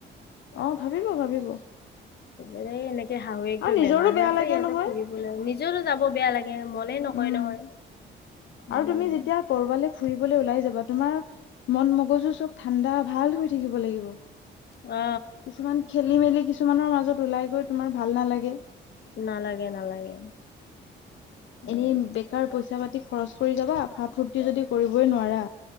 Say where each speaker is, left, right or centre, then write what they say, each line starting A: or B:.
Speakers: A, on the left; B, on the left.
A: অ ভাবিব ভাবিব
B: এনেই <unintelligible> শাহুৱেকটো
A: আৰু নিজৰো
B: বেমাৰ হৈ
A: বেয়া
B: আছে
A: লাগে
B: ইহঁতে
A: নহয়
B: ফুৰিবলৈ নিজৰো যাব বেয়া লাগে মনে নকয়
A: উম
B: নহয় উম
A: আৰু তুমি যেতিয়া কৰবালে ফুৰিবলৈ ওলাই যাবা তোমাৰ মন মগজু চব ঠাণ্ডা ভাল হৈ থাকিব লাগিব
B: অ
A: কিছুমান খেলি মেলি কিছুমানৰ মাজত ওলাই গৈ তোমাৰ ভাল নালাগে
B: নালাগে নালাগে উম
A: এনেই বেকাৰ পইচা পাতি খৰচ কৰি যাবা ফা ফূৰ্তি যদি কৰিবই নোৱাৰা